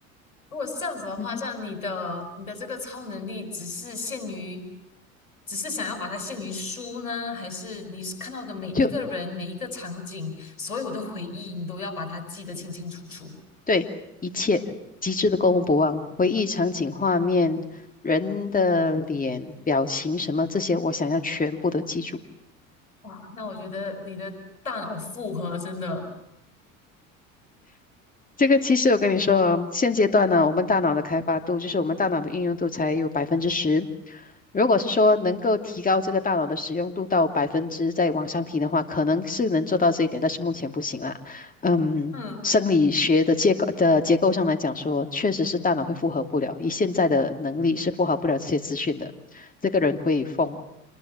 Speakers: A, on the left; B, on the left.
A: 如果是这样子的话，
B: 嗯哼，
A: 像你的你的这个超能力只是限于，只是想要把它限于书呢，还是你是看到的每一个人、
B: 就
A: 每一个场景、所有的回忆，你都要把它记得清清楚楚？
B: 对一切极致的过目不忘，回忆场景、画面、人的脸、表情什么这些，我想要全部都记住。
A: 哇，那我觉得你的大脑负荷真的，
B: 这个其实我跟你说啊现阶段呢，我们大脑的开发度，就是我们大脑的运用度才有百分之十。如果是说能够提高这个大脑的使用度到百分之再往上提的话，可能是能做到这一点，但是目前不行啦。嗯，
A: 嗯，
B: 生理学的结构的结构上来讲说，确实是大脑会负荷不了，以现在的能力是负荷不了这些资讯的，这个人会疯。